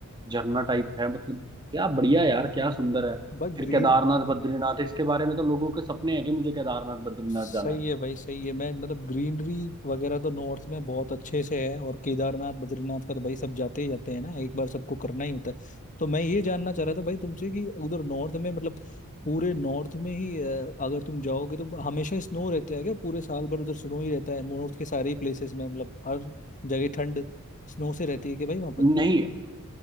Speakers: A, on the right (about 20°); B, on the left (about 35°).
A: झरना टाइप है मतलब क्या बढ़िया यार क्या
B: में
A: सुंदर है
B: बस
A: फिर
B: ग्रीन
A: केदारनाथ बद्रीनाथ इसके बारे में तो लोगों के सपने हैं कि मुझे केदारनाथ बद्रीनाथ
B: सही
A: जाना है
B: है भाई सही है मैं मतलब ग्रीनरी वगैरह तो नॉर्थ में बहुत अच्छे से है और केदारनाथ बद्रीनाथ का तो भाई सब जाते ही जाते हैं ना एक बार सबको करना ही होता है तो मैं ये जानना चाह रहा था भाई तुमसे कि उधर नॉर्थ में मतलब पूरे नॉर्थ में ही अ, अगर तुम जाओगे तो हमेशा स्नो रहता है क्या पूरे साल भर उधर स्नो ही रहता है नॉर्थ के सारे प्लेसेस में मतलब हर जगह ठंड स्नो से रहती है कि भाई वहां पर
A: नहीं